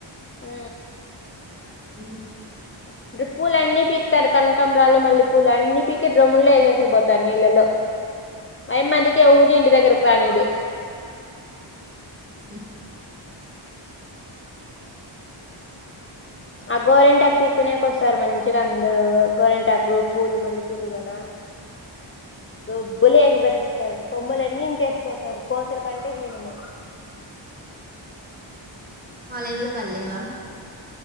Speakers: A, on the left; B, on the right.
A: హ
B: అ
A: పూలు అన్నీ పీకుతారు కనకంమరాలు మళ్ళీ పూలు అన్ని పీకి డ్రమ్ముల్లో వేసేసే పోతారు నీళ్ళలో పై మందికి ఊరు ఇంటి దగ్గరకు పనిదు
B: ఉ
A: ఆ గోరెంటాకు పీక్కునేకొస్తారు. మంచిగా అందరూ గోరెంటాకు పూలు మల్లెపూలు గాన గొబ్బులు వేసి పట్టిస్తారు. కొమ్మలన్నీ ఇంట్లేసిపోతారు కోతుల కంటే హీనము
B: వాళ్ళు ఇళ్ళ కళ్లేవా